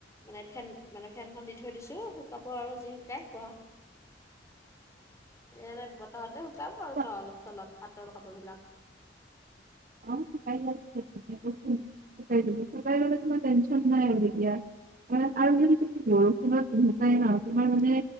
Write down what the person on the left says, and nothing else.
মানে ফেন মানে ফেনখন দি থৈ দিছো, শুকাব আৰু যি শুকাই। বহা। এৰে বতাহতে শুকাব আৰু
ন অলপ চলপ পাটৰ কাপোৰ বিলাক।